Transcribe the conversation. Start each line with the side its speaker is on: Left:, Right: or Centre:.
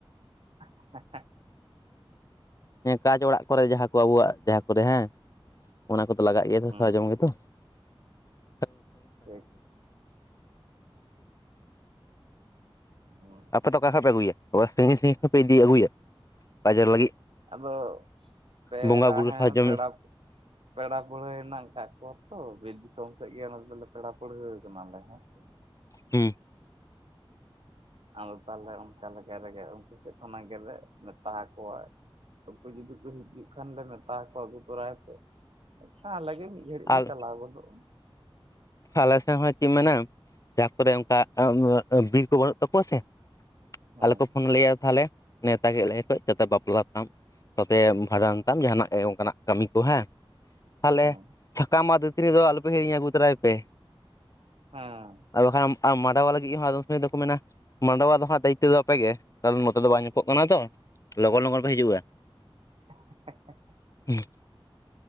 Right: ᱸ <unintelligible>
Left: ᱦᱮᱸ ᱠᱟᱪ ᱚᱲᱟᱜ ᱠᱚᱨᱮ ᱡᱟᱦᱟᱸ ᱠᱚ ᱟᱵᱚᱣᱟᱜ ᱡᱟᱦᱟᱸ ᱠᱚᱨᱮ ᱦᱮᱸ ᱚᱱᱟ ᱠᱚᱫᱚ ᱞᱟᱜᱟᱣᱜ ᱜᱮᱭᱟ ᱛᱚ
Right: ᱦᱩᱸ
Left: ᱥᱟᱨᱟᱡᱚᱢ ᱜᱮᱛᱚ। <inaudible> <inaudible> <inaudible>
Right: ᱴᱷᱤᱠ ᱦᱩᱸ
Left: ᱟᱯᱮ ᱫᱚ, ᱚᱠᱟ ᱠᱷᱚ <unintelligible> ᱯᱮ ᱟᱹᱜᱩᱭᱟ <inaudible> ᱥᱟᱺᱜᱤᱧ ᱥᱟᱺᱜᱤᱧ ᱯᱮ ᱤᱫᱤ ᱟᱹᱜᱩᱭᱟ ᱵᱟᱡᱟᱨ ᱞᱟᱹᱜᱤᱫ?
Right: ᱟᱫᱚ ᱯᱮᱲᱟ
Left: ᱵᱚᱸᱜᱟ ᱵᱩᱨᱩ
Right: ᱦᱮᱸ
Left: ᱥᱟᱨᱡᱚᱢ
Right: ᱯᱮᱲᱟᱼᱼ ᱯᱮᱲᱟ ᱯᱟᱹᱲᱦᱟᱹ ᱦᱮᱱᱟᱜ ᱟᱠᱟᱫ ᱠᱚᱣᱟ ᱛᱚ ᱵᱤᱨ ᱫᱤᱥᱚᱢ ᱥᱮᱫ ᱜᱮ ᱚᱱᱟ ᱫᱚᱞᱮ ᱯᱮᱲᱟ ᱯᱟᱹᱲᱦᱟᱹ ᱠᱟᱱᱟᱞᱮ ᱦᱮᱸ ᱥᱮ,
Left: ᱦᱮᱸ
Right: ᱟᱫᱚ ᱛᱟᱦᱚᱞᱮ ᱚᱱᱠᱟ ᱞᱮᱠᱟ ᱨᱮᱜᱮ ᱩᱱᱠᱩ ᱥᱮᱫ ᱠᱷᱚᱱᱟᱜ ᱜᱮᱞᱮ ᱢᱮᱛᱟᱠᱚᱣᱟ <unintelligible> ᱩᱱᱠᱩ ᱡᱩᱫᱤ ᱠᱚ ᱦᱤᱡᱩᱜ ᱠᱷᱟᱱ ᱞᱮ ᱢᱮᱛᱟ ᱦᱟᱠᱚᱣᱟ ᱟᱹᱜᱩ ᱛᱚᱨᱟᱭ ᱯᱮ, ᱛᱟᱦᱟᱞᱮ ᱟᱞᱮ ᱜᱮ ᱢᱤᱫ ᱜᱷᱟᱹᱲᱤᱡ ᱞᱮ
Left: ᱟᱨ
Right: ᱪᱟᱞᱟᱣ ᱜᱚᱫᱚᱜᱼᱟ᱾
Left: ᱟᱞᱮ <inaudible> ᱥᱮᱱ ᱦᱚᱸ ᱪᱮᱫ <unintelligible> ᱢᱮᱱᱟ ᱡᱟᱦᱟᱸ ᱠᱚᱨᱮ ᱚᱱᱠᱟ ᱵᱤᱨ ᱠᱚ ᱵᱟᱹᱱᱩᱜ ᱛᱟᱠᱚᱣᱟ ᱥᱮ
Right: ᱦᱮᱸ
Left: ᱟᱞᱮ ᱠᱚ ᱯᱷᱚᱱᱞᱮᱭᱟ ᱛᱟᱦᱚᱞᱮᱼᱼ ᱱᱮᱶᱛᱟ ᱠᱮᱫ ᱞᱮᱭᱟ ᱠᱷᱚ <inaudible> ᱫᱟ ᱫᱟ ᱵᱟᱯᱞᱟ ᱛᱟᱢ ᱥᱟᱶᱛᱮ ᱵᱷᱟᱸᱰᱟᱱ ᱛᱟᱢ ᱡᱟᱦᱟᱱᱟᱜ ᱜᱮ ᱚᱱᱠᱟᱱᱟᱜ ᱠᱟᱹᱢᱤ ᱠᱚ ᱦᱮᱸ᱾ ᱛᱟᱦᱚᱞᱮ
Right: ᱦᱮᱸ
Left: <unintelligible> ᱥᱟᱠᱟᱢ ᱟᱨ ᱫᱟᱹᱛᱟᱹᱱᱤ ᱫᱚ ᱟᱞᱚᱯᱮ ᱦᱤᱲᱤᱧᱟ ᱟᱹᱜᱩ ᱛᱚᱨᱟᱭ ᱯᱮ᱾
Right: ᱦᱮᱸ
Left: ᱟᱫᱚ ᱦᱟᱸᱜ <unintelligible> ᱢᱟ ᱢᱟᱰᱟᱣᱟ ᱞᱟᱹᱜᱤᱫ ᱦᱚᱸ ᱟᱫᱚᱢ ᱥᱚᱢᱚᱭ ᱫᱚᱠᱚ ᱢᱮᱱᱟ ᱢᱟᱰᱣᱟ ᱫᱚ ᱦᱟᱸᱜ ᱫᱟᱭᱤᱛᱚ ᱫᱚ ᱟᱯᱮᱜᱮ ᱠᱟᱨᱚᱱ <unintelligible> ᱱᱤᱛᱚᱜ ᱫᱚ ᱧᱩᱛᱩᱜ ᱠᱟᱱᱟ ᱛᱚ ᱞᱚᱜᱚᱱ ᱞᱚᱜᱚᱱ ᱯᱮ ᱦᱤᱡᱩᱜᱼᱟ᱾
Right: <unintelligible>
Left: <inaudible>